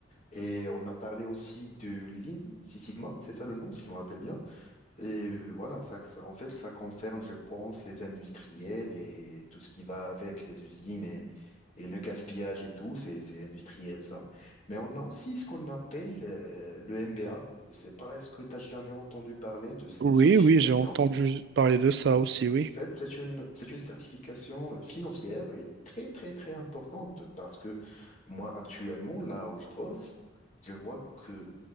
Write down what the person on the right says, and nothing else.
Oui,
oui, j'ai entendu parler de ça
aussi, oui.